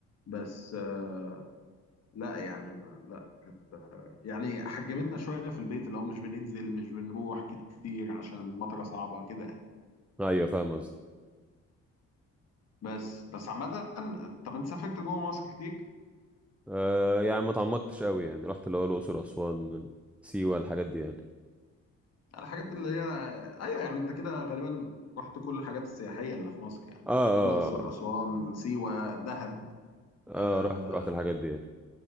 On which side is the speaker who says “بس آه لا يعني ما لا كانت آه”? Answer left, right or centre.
Left